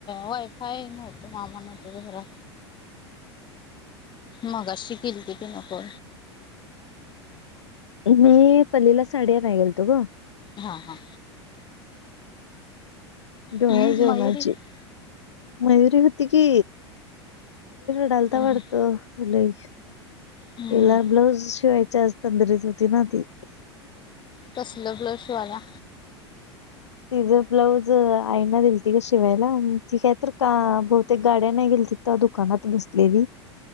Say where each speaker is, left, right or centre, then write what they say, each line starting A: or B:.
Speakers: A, on the left (about 30°); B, on the left (about 80°).
A: वाईफ‌ हाय न त मामानात घहरा मग शिकली त ती नको.
B: मी पलीला साड्या पागेलतो ग
A: हां हां
B: डोहाळ
A: हम्म
B: जाऊनाची
A: मयुरी हम्म
B: मयूरी होती की चालता वाढतलला
A: हम्म हम्म हम्म
B: ब्लाउज शिवायच अस तंदरी सुती नाती
A: तसलं ब्लाऊज शिवायला.
B: तिझं ब्लाऊज आईना दिल त का शिवायला ठीक आहे तर का बहुतेक गाड्या नाही गेल तिथ त्या दुकानात बसलेली.